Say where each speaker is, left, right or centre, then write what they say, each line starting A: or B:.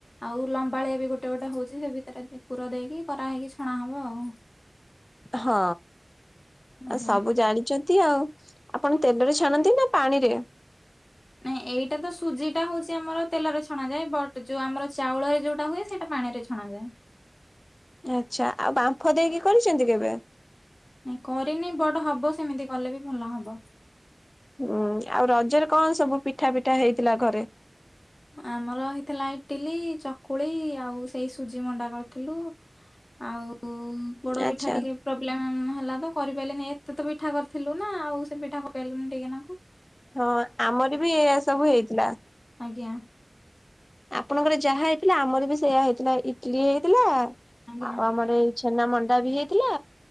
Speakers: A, on the left; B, on the left.
A: ଆଉ ଲମ୍ବାଳିଆ ବି ଗୋଟେ ଗୋଟେ ହଉଛି ସେ ଭିତରେ ପୁର ଦେଇକି କରାହେଇକି ଛଣା ହବ ଆଉ।
B: ହଁ
A: ଆଜ୍ଞା
B: ଆ ସବୁ ଜାଣିଛନ୍ତି ଆଉ ଆପଣ ତେଲରେ ଛାଣନ୍ତି ନା ପାଣିରେ?
A: ନାଇଁ ଏଇଟା ତ ସୁଜି ଟା ହଉଛି ଆମର ତେଲରେ ଛଣା ଯାଏ ବଟ୍ ଯୋଉ ଆମର ଚାଉଳରେ ଯୋଉଟା ହୁଏ ସେଇଟା ପାଣି ରେ ଛଣାଯାଏ।
B: ଆଚ୍ଛା ଆଉ ବାମ୍ଫ ଦେଇକି କରିଚନ୍ତି କେବେ?
A: ନାଇଁ କରିନି ବଟ ହବ ସେମିତି କଲେ ବି ଭଲ ହବ।
B: ଉଁ ଆଉ ରଜରେ କଣ ସବୁ ପିଠା ପିଠା ହେଇଥିଲା ଘରେ?
A: ଆମର ହେଇଥିଲା ଇଟିଲି ଚକୁଳି ଆଉ ସେଇ ସୁଜି ମଣ୍ଡା କରିଥିଲୁ। ଆଉ ପୋଡ଼ପିଠା
B: ଆଚ୍ଛା
A: ଟିକେ ପ୍ରୋବ୍ଲେମ ହେଲା ତ କରିପାଇଲିନି ଏତେ ତ ପିଠା କରିଥିଲୁ ନା ଆଉ ସେ ପିଠା କରିପାଇଲୁନି ଟିକେ ନାଁକୁ।
B: ହଁ ଆମର ବି ଏୟା ସବୁ ହେଇଥିଲା।
A: ଆଜ୍ଞା।
B: ଆପଣଙ୍କର ଯାହା ହେଇଥିଲା ଆମର ବି ସେଇଆ ହେଇଥିଲା ଇଟଲିି ହେଇଥିଲା
A: ଆଜ୍ଞା
B: ଆଉ ଆମର ଏଇ ଛେନା ମଣ୍ଡା ବି ହେଇଥିଲା